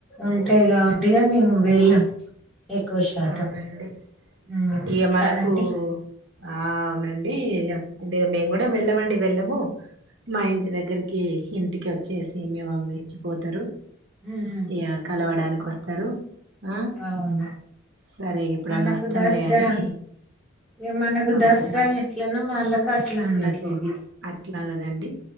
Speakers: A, in the centre; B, on the right.
A: ఉంటాయి కాబట్టిగా ఇగ మేము వెళ్ళాం ఎక్కువ శాతం.
B: అవునండి
A: హ్మ్
B: ఇగ
A: కదండి
B: మనకు ఆ అవునండి ఇగ ఇది మేము కూడా వెళ్ళమండి వెళ్ళము మా ఇంటి దగ్గరికి ఇంటికి వచ్చేసి మేము ఇచ్చిపోత తారు
A: హ్మ్
B: ఇగ కలవడానికి వస్తారు ఆ
A: అవును
B: సరే ఎప్పుడన్నా
A: మనకు
B: వస్తాంలే
A: దసరా
B: అని
A: ఇగ మనకు
B: అవును
A: దసరా ఎట్లనో వాళ్ళకు అట్లా
B: మనలకు
A: అన్నట్టటు ఇది
B: అట్లా కదండి